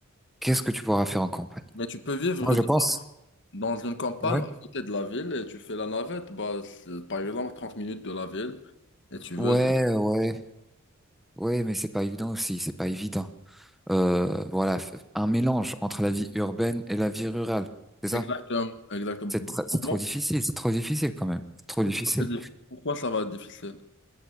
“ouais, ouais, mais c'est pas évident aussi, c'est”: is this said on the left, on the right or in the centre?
Centre